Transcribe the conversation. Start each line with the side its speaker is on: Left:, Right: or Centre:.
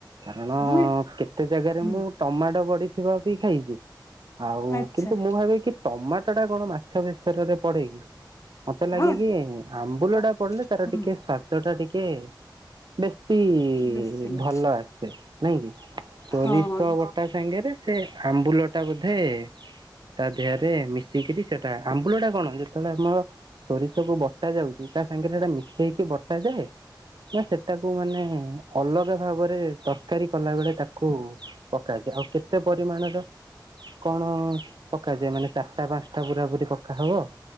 Right: କାରଣ
Left: ଦୁଇ
Right: କେତେ ଜାଗାରେ,
Left: ହୁଁ
Right: ମୁଁ ଟମାଟୋ ପଡିଥିବା ବି ଖାଇଛି। ଆଉ
Left: ଆଚଛା।
Right: କିନ୍ତୁ ମୁଁ ଭାି କି, ଟମାଟୋ ଟା କଣ ମାଛ ବେଶରରେ ପଡେ କିି? ମତେ ଲାଗେ
Left: ହଁ
Right: କି, ଆମ୍ବୁଲ
Left: ଟ
Right: ଟା ପଡିଲେ ତାର
Left: ହୁଁ
Right: ଟିକେ ସ୍ଵାଦ ଟା ଟିକେ ବେଶୀ
Left: ବେଶୀ ଲାଗେ
Right: ଭଲ ଆସେ ନାଇଁ କି, ସୋରିଷହ
Left: ହଁ ହଁ
Right: ବଟା ସାଙ୍ଗରେ ସେ ଆମ୍ବୁଲ ଟା ବୋଧେ, ତା ଦେହରେ ମିଶିକିରି, ସେଟା ଆମ୍ବୁଳ ଟା କଣ, ଯେତେବେଳେ ଆମର ସୋରିଷକୁୁ ବଟା ଯାଉଛି, ତା ସାଙ୍ଗରେ ସେଟା ହେଇକି ବଟାାଯାଏ। ନା ସେଟାକୁ ମାନେ ଅଲଗା ଭାବରେ ତରକାରୀ କଲା ବେଳେ, ତାକୁ ପକଏ। ଆଉ କେତେ ପରିମାଣର କଣ ପକାାଯାଏ। ମାନେ ଚାରିଟା, ପାଞ୍ଚଟା ପୁରା ପୀ ପକା ହବ